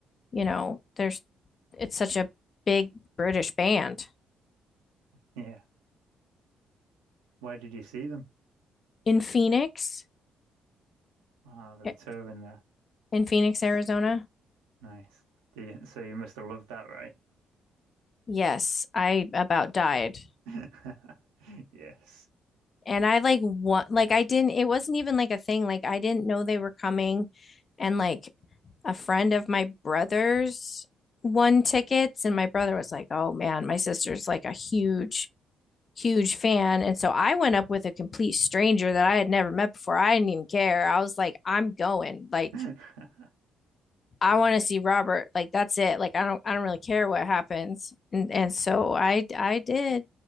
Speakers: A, on the left (about 45°); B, on the right (about 75°).
A: you know, there's it's such a big British band
B: Yeah. Where did you see them?
A: in Phoenix,
B: Ah, they were
A: eh,
B: touring there.
A: in Phoenix,
B: Nice.
A: Arizona.
B: Nice. Did you, so you must have loved that, right?
A: Yes, I about died.
B: <laughs> Yes.
A: And I like what like I didn't it wasn't even like a thing. Like I didn't know they were coming and like a friend of my brother's won tickets and my brother was like, "Oh man, my sister's like a huge huge fan." And so I went up with a complete stranger that I had never met before. I didn't even care. I was like, "I'm going. Like
B: S- <laughs>
A: I want to see Robert. Like that's it. Like I don't I don't really care what happens." And and so I I did.